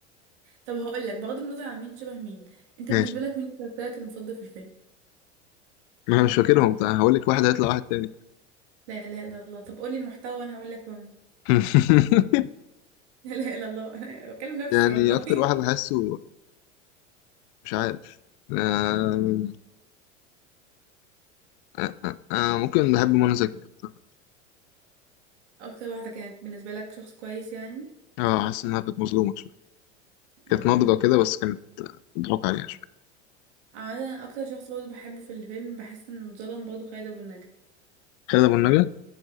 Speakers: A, on the right; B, on the left.
A: طب هقول لك بغض النظر عن مين شبه مين انت
B: ماشي
A: بالنسبه لك مين كاركترك المفضل في الفيلم
B: ما انا مش فاكرهم طيب هقول لك واحد هيطلع واحد تاني
A: لا اله الا الله طب قولي المحتوى وانا هقول لك هو مين
B: <laughs>
A: <laughs> لا اله الا الله <laughs> انا بكلم نفسي
B: يعني
A: والله
B: اكتر
A: <laughs>
B: واحد بحسه مش عارف آه... آه... آه... آه... ممكن بحب منى زكي أكتر.
A: اكتر واحده كانت بالنسبه لك شخص كويس يعني
B: اه حاسس انها كانت مظلومه شويه كانت
A: امم
B: ناضجه كده بس كانت بتضحك عليها شويه
A: عادة اكتر شخص برضه بحبه في الفيلم بحس انه اتظلم برضه خالد ابو النجا
B: خالد ابو النجا